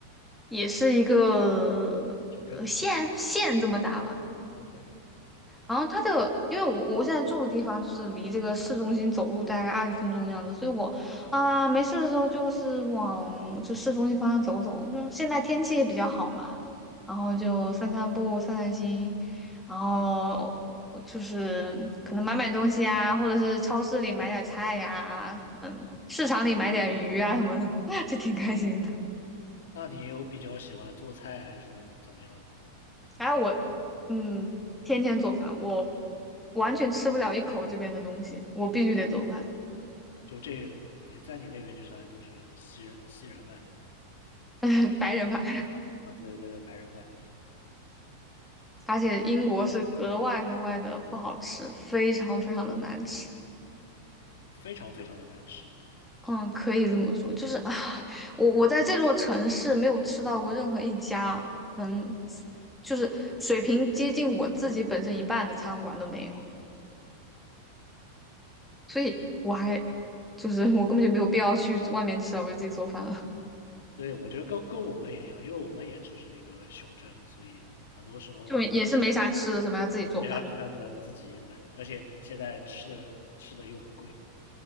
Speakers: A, in the centre; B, on the left.
A: 也是一个呃县县这么大吧。
B: 求真？OK，
A: 然后它这个，因为我我现在住的地方就是离这个市中心走路大概二十分钟的样子，所以我啊、没事的时候就是往就市中心方向走走。就现在天气也比较好嘛，然后就散散步、散散心，然后就是可能买买东西啊，或者是超市里买点菜呀、可能市场里买点鱼啊什么的，<laughs> 就挺开心的。
B: 那你有比较喜欢做菜还是怎么样的？
A: 反正我嗯，天天做饭，我完全吃不了一口这边的东西，我必须得做饭。
B: 就这你在你那边就相当于都是西人西人饭
A: <laughs> 白人饭，
B: 啊，对对对，白人饭
A: 而且英国是格外格外的不好吃，非常非常的难吃。
B: 非常非常的难吃。
A: 嗯，可以这么说，就是啊，我我在这座城市没有吃到过任何一家能，就是水平接近我自己本身一半的餐馆都没有，所以我还就是我根本就没有必要去外面吃了，我就自己做饭了，
B: 对，我觉得跟跟我们也一样，因为我们也只是一个小镇，所以很多时候
A: <laughs> 就也是没啥吃的，什么要自己做饭。
B: 呃没啥吃的，只能自己买，而且现在吃的吃的又很贵。